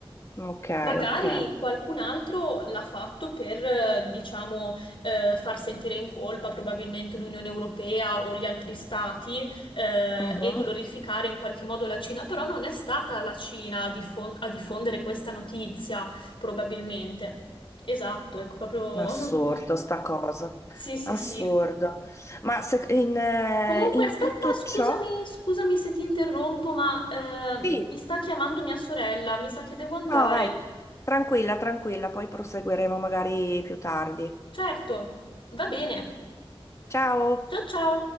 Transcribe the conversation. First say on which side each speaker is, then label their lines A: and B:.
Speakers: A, on the left (about 30°); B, on the left (about 60°).
A: ok,
B: Magari
A: ok.
B: qualcun altro l'ha fatto per, eh, diciamo, eh, far sentire in colpa probabilmente l'Unione Europea o gli altri stati, eh,
A: Mhm.
B: e glorificare in qualche modo la Cina, però non è stata la Cina a diffon- a diffondere questa notizia, probabilmente. Esatto, è proprio...
A: Ma assurdo
B: <laughs>
A: sta cosa.
B: Sì, sì,
A: Assurdo.
B: sì.
A: Ma se- in, eh,
B: Comunque,
A: in
B: aspetta,
A: tutto
B: scusami,
A: ciò?
B: scusami se ti interrompo, ma eh,
A: Sì.
B: mi sta chiamando mia sorella, mi sa che devo andare.
A: Ah, vai, tranquilla, tranquilla, poi proseguiremo magari più tardi.
B: Certo, va bene.
A: Ciao!
B: Ciao ciao.